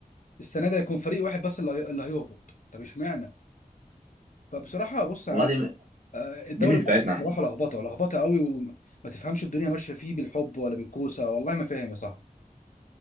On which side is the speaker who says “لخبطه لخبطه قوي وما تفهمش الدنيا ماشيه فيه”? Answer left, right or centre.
Left